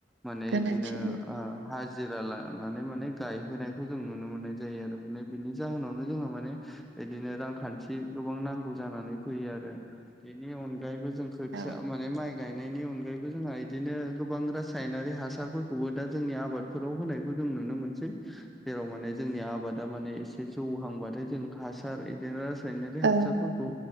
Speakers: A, in the centre; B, on the right.
A: माने
B: गोनांथि
A: बिदिनो ओ जिरा लानानै माने गायहोनायखौ जों नुनो मोननाय जायो आरो माने बिनि जाहोनावनो जोंहा माने बिदिनो रांखान्थि गोबां नांगौ जानानै फैयो आरो बेनि अनगायैबो जों खोथिया
B: औ
A: माने माय गायनायनि अनगायैबो जोंहा बिदिनो गोबां रासायनारि हासारफोरखौबो दा जोंनि आबाद फोराव होनायखौ जों नुनो मोनसै जेराव माने जोंनि आबादा माने एसे जौहांबाथाय जों हासार बिदिनो रासायनारि
B: औ
A: हासारफोरखौ